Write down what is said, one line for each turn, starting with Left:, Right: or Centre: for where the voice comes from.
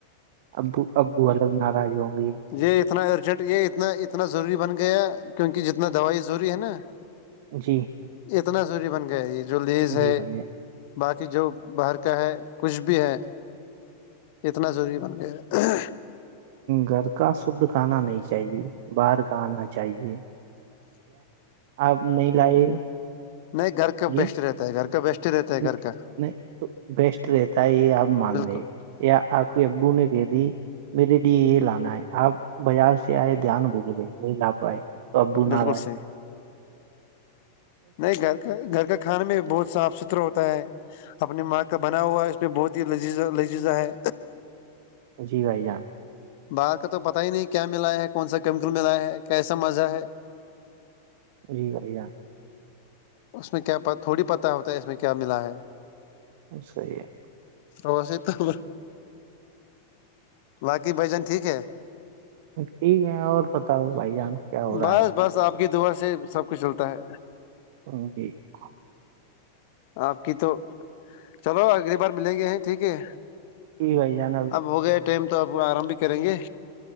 Right: ابو ابو الگ ناراض ہوں گی
Left: یہ اتنا ارجنٹ یہ اتنا اتنا ضروری بن گیا کیونکہ جتنا دوائی ضروری ہے نا
Right: جی
Left: اتنا ضروری بن گیا یہ جو لیز ہے
Right: جی بھیا
Left: باقی جو باہر کا ہے کچھ بھی ہے اتنا ضروری بن گیا
Right: گھر کا شدھ کھانا نہیں چاہیے باہر کا آاننا چاہیے آپ نہیں لائے
Left: نہیں گھر کا
Right: جی
Left: بیسٹ رہتا ہے گھر کا بیسٹ رہتا ہے
Right: نہیں
Left: گھر کا
Right: نہیں تو بیسٹ رہتا ہے یہ آپ مان
Left: بالکل
Right: ل یا آپ کے ابو نے دے دی میرے لیے یہ لانا ہے آپ بازار سے آئے دھیان بھول گئے یہ لا پائے س ب
Left: بالکل
Right: نالاج
Left: صحیح نہیں گھر کا گھر کا کھانے میں بہت صاف ستھرا ہوتا ہے اپنی ماں کا بنا ہوا ہے اس پہ بہت ہی لذیذا لجیذا ہے
Right: جی بھائی جان
Left: باہر کا تو پتا ہی نہیں کیا ملایا ہے کون سا کیمیکل ملایا ہے کیسا مزہ ہے
Right: جی بائی جار
Left: اس میں کیا تھوڑی پتہ ہوتا ہے اس میں کیا ملا ہے
Right: صحی ہے
Left: رس توب لقی ب جن ٹھیک ہے
Right: ٹھیک ہے اور پتا ہو بائی جان کیا ہو رہا
Left: بس
Right: ہے
Left: بس آپ کی دعا سے سب کچھ چلتا ہے
Right: ہ جی ہاں
Left: آپ کی تو چلو اگلی بار ملیں گے ہیں ٹھیک ہے
Right: کی بھائی جانا
Left: اب ہو گیا ٹائم تو آپ آرام بھی کریں گے